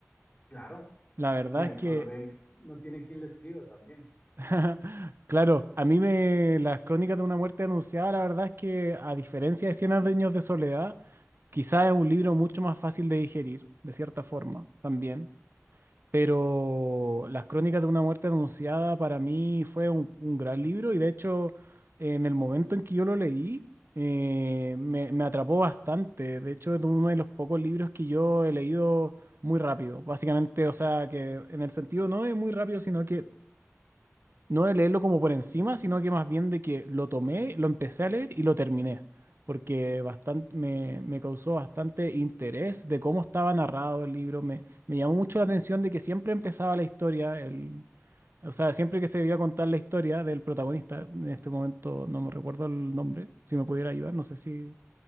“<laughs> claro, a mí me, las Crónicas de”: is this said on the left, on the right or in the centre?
Right